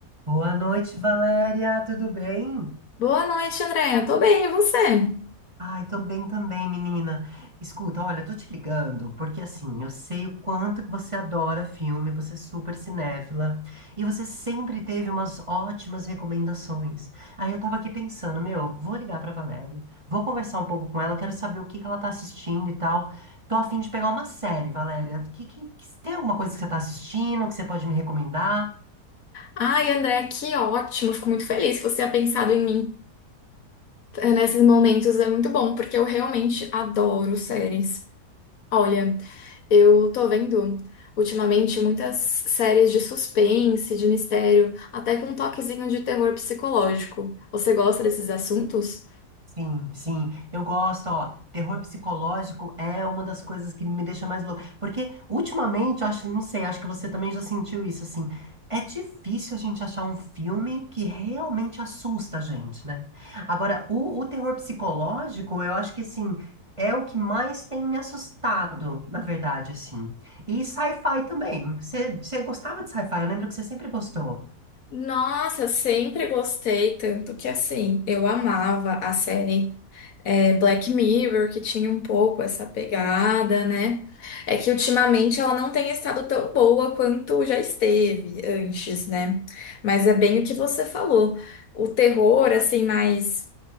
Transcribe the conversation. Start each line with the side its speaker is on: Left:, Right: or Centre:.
Right: Boa noite, Valéria, tudo bem?
Left: Boa noite, Andréia. Tô bem, e você?
Right: Ai, tô bem também, menina. Escuta, olha, tô te ligando porque assim, eu sei o quanto que você adora filme, você é super cinéfila e você sempre teve umas ótimas recomendações. Aí eu tava aqui pensando, meu, vou ligar pra Valéria, vou conversar um pouco com ela, quero saber o que que ela tá assistindo e tal. Tô a fim de pegar uma série, Valéria. Que, que, que- tem alguma coisa que você tá assistindo que você pode me recomendar?
Left: Ai, Andréia, que ótimo. Fico muito feliz que você tenha pensado em mim eh, nesses momentos. É muito bom, porque eu realmente adoro séries. Olha, eu tô vendo ultimamente muitas séries de suspense, de mistério, até com um toquezinho de terror psicológico. Você gosta desses assuntos?
Right: Sim, sim, eu gosto, ó, terror psicológico é uma das coisas que me deixa mais louco, porque ultimamente, eu acho, não sei, acho que você também já sentiu isso, assim, é difícil a gente achar um filme que realmente assusta a gente, né? Agora, o, o terror psicológico, eu acho que, assim, é o que mais tem me assustado, na verdade, assim, e sci-fi também, você você gostava de sci-fi, eu lembro que você sempre gostou.
Left: Nossa, eu sempre gostei, tanto que assim, eu amava a série. é, Black Mirror, que tinha um pouco essa pegada, né? É que ultimamente ela não tem estado tão boa quanto já esteve antes, né? Mas é bem o que você falou. O terror, assim, mais